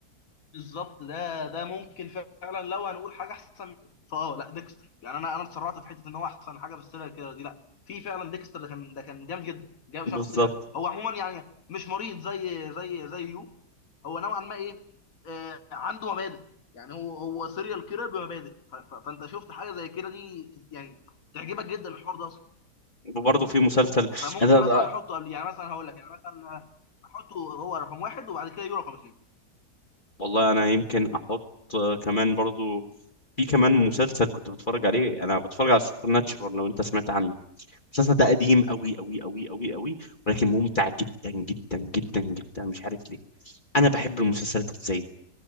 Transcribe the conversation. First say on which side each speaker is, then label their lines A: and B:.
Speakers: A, on the left; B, on the left.
A: بالظبط ده ده ممكن فعلا لو هنقول حاجه احسن منه، فاه لا ديكستر يعني انا انا اتسرعت في حته ان هو احسن حاجه في السيريال كيلر دي لا في فعلا ديكستر ده كان ده كان جامد جدا جاب
B: بالظبط
A: شخص جاب هو عموما يعني مش مريض زي زي زي يو هو نوعا ما ايه آه عنده مبادئ يعني هو هو سيريال كيلر بمبادئ ف- ف- فانت شفت حاجه زي كده دي يعني تعجبك جدا الحوار ده اصلا
B: وبرضه في مسلسل
A: فممكن
B: أنا...
A: مثلا احطه قبل يعني مثلا هقول لك يعني مثلا احطه هو رقم واحد وبعد كده يو رقم
B: والله انا يمكن احط آه، كمان برضه في كمان مسلسل كنت بتفرج عليه انا بتفرج على السوبر ناتشرال لو انت سمعت عنه المسلسل ده قديم قوي قوي قوي قوي قوي
A: اثنين
B: ولكن ممتع جدا جدا جدا جدا مش عارف ليه انا بحب المسلسلات اللي زي دي